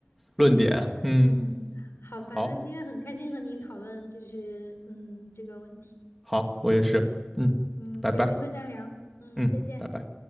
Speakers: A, in the centre; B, on the left.
A: 论点。嗯，
B: 嗯，好吧，
A: 好，
B: 那今天很开心和您讨论，就是嗯这个问题。
A: 好，我也是。嗯，
B: 嗯，
A: 拜拜。
B: 有机会再聊。嗯，
A: 嗯，
B: 再见。
A: 拜拜。